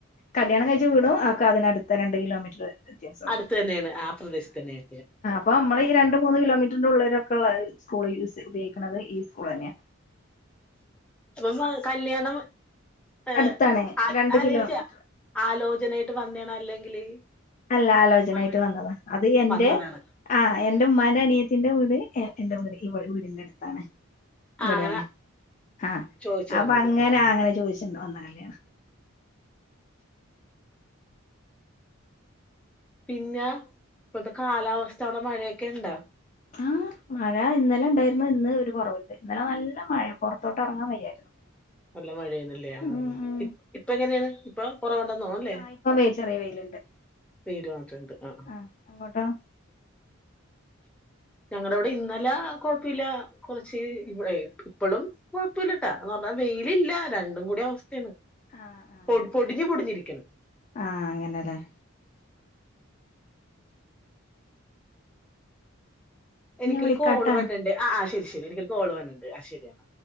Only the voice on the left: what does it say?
കല്യാണം കഴിച്ച വീടും ഒക്കെ അതിനടുത്ത രണ്ട് കിലോമീറ്റർ. വ്യത്യാസള്ളൂ
ഇപ്പോ നമ്മളെ ഈ രണ്ടു മൂന്ന് കിലോമീറ്ററിന്റെ ഉള്ളരൊക്കെ ഉള്ള സ്കൂൾ ഉപയോഗിക്കുന്നത് ഈ സ്കൂൾ തന്നെയാ.
അടുത്താണ് രണ്ട്
കിലോമീറ്റർ
അല്ല,
ആലോചനായിട്ട്
വന്നതാ അത് എന്റെ
ആഹ് എന്റെ ഉമ്മാന്റെ അനിയത്തിന്റെ വീട് എന്റെ വീട് ഈ വീടിന്റെ അടുത്താണ്. ഇവിടെയാണ്
ആ
അപ്പോ
അങ്ങനെ
അങ്ങനെ ചോദിച്ചിണ്ട് വന്ന കല്യാണ.
ആഹ് മഴ ഇന്നലെ ഉണ്ടായിരുന്നു, ഇന്ന് ഒരു കുറവുണ്ട്, ഇന്നലെ നല്ല മഴ പുറത്തോട്ട് ഇറങ്ങാൻ വയ്യായിരുന്നു. <inaudible>
ഉം ഉം
ആഹ് ഇപ്പൊ വെ ചെറിയ വെയിലുണ്ട്
ആഹ് അങ്ങോട്ടോ.
ആഹ് ആഹ്
ആഹ് അങ്ങനെല്ലേ
ഞാൻ വിളിക്കാട്ടാ